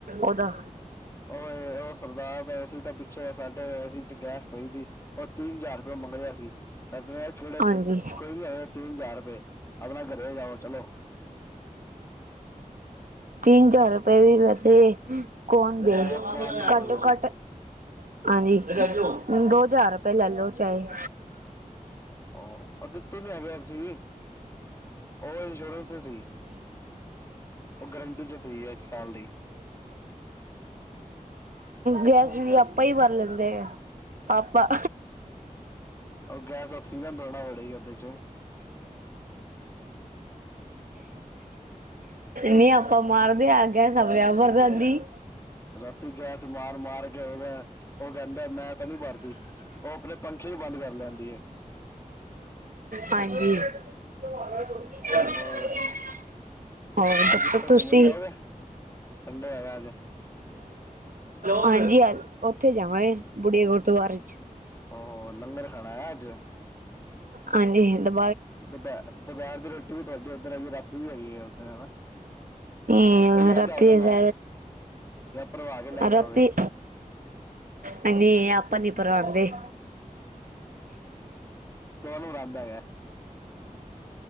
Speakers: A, on the right (about 75°); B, on the left (about 20°).
A: ਓਦਾ
B: ਔਏ-ਔ ਸਰਦਾਰ ਦਾ ਏਸੀ ਦੇ ਪਿੱਛੇ, ਸਾਡੇ ਏਸੀ ਚ ਗੈਸ ਪਈ ਸੀ। ਉਹ ਤਿੰਨ ਹਜਾਰ ਓ ਮੰਗ ਰਿਹਾ ਸੀ। ਚਾਚੇ ਨੇ ਕਿਹੜੇ
A: ਹਾਂਜੀ।
B: ਕੋਈ ਨੀ ਹੈਗੇ, ਤਿੰਨ ਹਜ਼ਾਰ ਰਪਏ ਅਪਣਾ ਘਰੇ ਜਾਓ, ਚਲੋ।
A: ਤਿੰਨ ਹਜ਼ਾਰ ਰਪੇ ਵੀ, ਵੈਸੇ ਕੌਨ ਦੇ,
B: ਗੈਸ ਪਾਉਣ ਨੂੰ ਮੰਗਦੇ
A: ਘੱਟ ਤੋ ਘੱਟ
B: ਸੀ
A: ਹਾਂਜੀ। ਦੋ ਹਜ਼ਾਰ ਰਪੇ ਲੈਲੋ, ਚਾਹੇ।
B: ਔ ਦਿੱਤੇ ਵੀ ਹੈਗੇ, ਅਸੀ‌ ਵੀ। ਔ ਇੰਸ਼ੋਰਂਸ ਚ ਸੀ। ਔ ਗਰੰਟੀ ਚ ਸੀ, ਇੱਕ ਸਾਲ ਦੀ
A: ਗੈਸ
B: ਹਾਂਜੀ
A: ਵੀ
B: ਹਾਂਜੀ
A: ਆਪਾਂ ਈ ਵਰ ਲੈਂਦੇ ਐ। ਆਪਾਂ
B: ਔ ਗੈਸ ਔਕਸੀਜਨ ਥੋੜਾ ਵਣੇਗੀ। ਉੱਦੇ ਚ
A: ਨੀ, ਆਪਾਂ ਮਾਰਦੇ ਆਂ। ਗੈਸ ਆਪੇ ਆਪ ਭਰ ਜਾਂਦੀ।
B: ਰਾਤੀ ਗੈਸ ਮਾਰ-ਮਾਰ ਕੇ ਉਦਾ, ਔ ਕੈਂਦਾ ਮੈਂ ਤੇਨੂੰ ਈ ਮਾਰਦੀ। ਔ ਆਪਣੇ ਪੰਖੇ ਵੀ ਬੰਦ ਕਰ ਲੈਂਦੀ ਏ।
A: ਹਾਂਜੀ। <inaudible>
B: ਹੋਰ
A: ਹੋਰ
B: ਅੱਜ
A: ਦੱਸੋ
B: ਜ ਕਿੱਥੇ
A: ਤੁਸੀਂ
B: ਘੁੰਮਣ ਜਾਓਗੇ? ਸੰਡੇ ਹੈਗਾ ਅੱਜ।
A: ਹਾਂਜੀ ਹਾਂਜੀ। ਉੱਥੇ ਜਾਵਾਂ ਗੇ, ਬੁਣੀ ਗੁਰਦੁਆਰੇ।
B: ਔ, ਲੰਗਰ ਖਾਣਾ ਐ ਅੱਜ।
A: ਹਾਂਜੀ। ਹਿਨ ਦਮ
B: ਦੁਪੈ-ਦੁਪੈਰ ਦੀ ਰੋਟੀ ਵੀ ਤੁਆਡੀ ਔਧਰ ਹੈਗੀ, ਰਾਤੀ ਵੀ ਹੈਗੀ ਹੈ, ਔਥੇ ਹਨਾ।
A: ਹੂੰ
B: ਲੈ
A: ਰਾਤੀ।
B: ਕੇ ਆਓਗੇ
A: ਅ
B: ਨਾਲ ਜਾਂ ਭਰਵਾ ਕੇ ਲੈ ਕੇ
A: ਰਾਤੀ
B: ਆਓਗੇ
A: ਹਾਂਜੀ। ਪਾ ਨੀ ਪਰਾਂਦੇ।
B: ਨੂੰ ਰਾਦ ਹੈਗਾ।